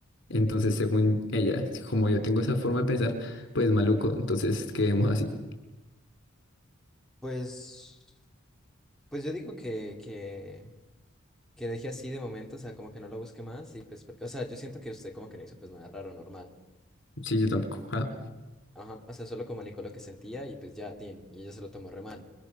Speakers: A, on the left; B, in the centre.
A: Entonces, según ella, como yo tengo esa forma de pensar, pues maluco, entonces quedemos así.
B: Pues, pues yo digo que, que, que deje así de momento, o sea, como que no la busque más y pues porque, o sea, yo siento que usted como que no hizo pues nada raro, normal.
A: Sí, yo tampoco. <laughs> Ah,
B: Ajá, o sea, solo comunicó lo que sentía y pues ya, tin, y ella se lo tomó re mal.